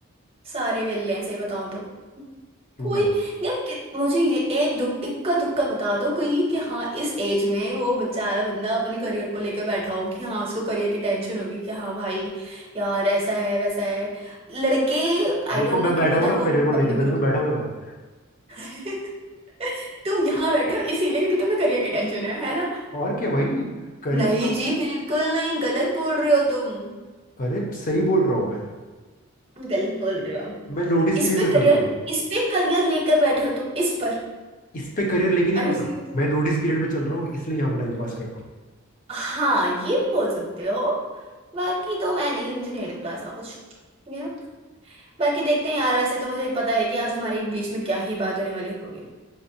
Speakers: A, on the right; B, on the left.
A: सारे वेल्ले हैं सही बताऊं तो
B: क्यों
A: कोई
B: भाई
A: यार कि- मुझे ये एक दुख इक्का दुक्का बता दो कोई कि हाँ इस एज में वो बेचारा बंदा अपने करियर को लेकर बैठा हो कि हाँ उसको करियर की टेंशन होगी कि हाँ भाई यार ऐसा है वैसा है लड़के आई
B: देखो
A: डोंट
B: मैं
A: नो कि
B: बैठा
A: मतलब
B: हूँ ना
A: वो
B: करियर को लेके
A: अपने
B: तभी
A: ग्रुप
B: तो बैठा हूँ यहाँ
A: <laughs> तुम यहाँ बैठे हो इसीलिए क्योंकि तुम्हें करियर की टेंशन है है ना
B: <laughs> और क्या भाई करियर
A: नहीं जी बिल्कुल नहीं गलत बोल रहे हो तुम
B: अरे सही बोल रहा हूँ मैं
A: गलत बोल रहे हो
B: मैं नोटिस
A: इस
B: पीरियड
A: पे
B: में
A: करियर
B: चल रहा हूँ
A: इस पे करियर लेकर बैठे हो तुम इस पर
B: इस पे करियर लेके नहीं
A: अरे
B: बैठा
A: सीरियस
B: हूँ मैं नोटिस पीरियड में चल रहा हूँ इसलिए यहाँ पे टाइम पास कर रहा हूँ
A: हाँ ये बोल सकते हो बाकी तो मैं नहीं मुझे नहीं लगता ऐसा कुछ यू नो बाकी देखते हैं यार वैसे तो मुझे पता है कि आज हमारे बीच में क्या ही बात होने वाली होगी